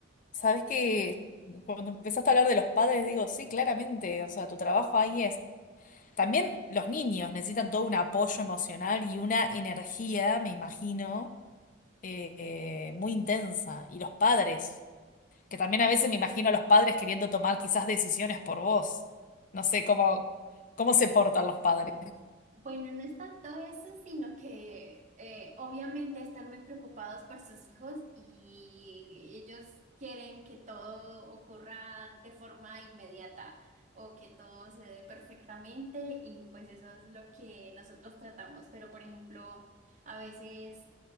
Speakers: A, on the left; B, on the right.
A: sabes que cuando empezaste a hablar de los padres, digo, sí, claramente, o sea, tu trabajo ahí es. También los niños necesitan todo un apoyo emocional y una energía, me imagino, eh, eh, muy intensa. Y los padres, que también a veces me imagino a los padres queriendo tomar quizás decisiones por vos. No sé cómo, cómo se portan los padres.
B: Bueno, no es tanto eso, sino que eh, obviamente están muy preocupados por sus hijos y ellos quieren que todo ocurra de forma inmediata o que todo se dé perfectamente y pues eso es lo que nosotros tratamos. Pero por ejemplo, a veces